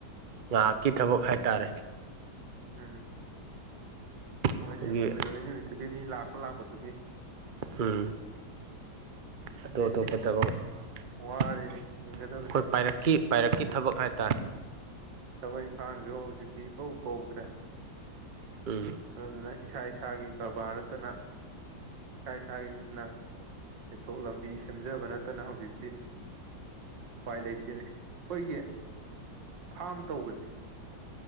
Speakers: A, on the right; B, on the right.
A: ꯉꯍꯥꯛꯀꯤ ꯊꯕꯛ ꯍꯥꯏꯇꯥꯔꯦ
B: ꯎꯝ
A: ꯑꯩꯈꯣꯏꯒꯤ
B: ꯍꯣꯏꯅꯦ ꯅꯨꯃꯤꯠ ꯅꯨꯃꯤꯠꯇꯨꯒꯤ ꯃꯤ ꯂꯥꯛꯄ ꯂꯥꯛꯄꯗꯨꯒꯤ
A: ꯎꯝ ꯑꯇꯣꯞ
B: ꯍꯧꯖꯤꯛꯇꯤ
A: ꯑꯇꯣꯞꯄ ꯊꯕꯛ ꯑꯩꯈꯣꯏ
B: ꯋꯥꯔꯦꯅꯦ ꯍꯤꯡꯒꯗꯕꯁꯦ
A: ꯄꯥꯏꯔꯛ ꯀꯤ ꯄꯥꯏꯔꯛꯀꯤ ꯊꯕꯛ ꯍꯥꯏꯇꯥꯔꯦ
B: ꯊꯕꯛ ꯏꯪꯈꯥꯡꯖꯨ ꯍꯧꯖꯤꯛꯇꯤ ꯏꯀꯧ ꯀꯧꯗ꯭ꯔꯦ
A: ꯎꯝ
B: ꯑꯗꯨꯗꯨꯅ ꯏꯁꯥ ꯏꯁꯥꯒꯤ ꯀꯔꯕꯥꯔ ꯅꯠꯇꯅ ꯏꯁꯥ ꯏꯁꯥ ꯅ ꯁꯦꯟꯊꯣꯛ ꯂꯝꯕꯤ ꯁꯦꯝꯖꯕ ꯅꯠꯇꯅ ꯍꯧꯖꯤꯛꯇꯤ ꯎꯄꯥꯏ ꯂꯩꯇꯦꯅꯦ ꯑꯩꯈꯣꯏꯒꯤ ꯐꯥꯝ ꯇꯧꯕꯖꯦ